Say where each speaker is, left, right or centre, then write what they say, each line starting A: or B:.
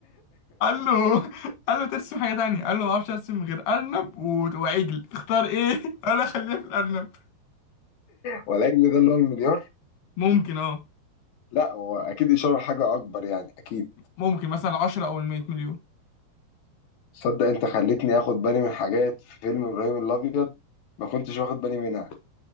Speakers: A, on the left; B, on the left.
A: قال له قال له ترسم حاجه تانية قال له ما اعرفش ارسم غير ارنب و- وعجل تختار ايه <laughs> قال له خليها في الارنب
B: ولا ده اللي هو المليار
A: ممكن اه
B: لا هو اكيد اشاره لحاجه اكبر يعني اكيد
A: ممكن مثلا 10 او ال 100 مليون
B: صدق انت خلتني اخد بالي من حاجات في فيلم ابراهيم الابيض ما كنتش واخد بالي منها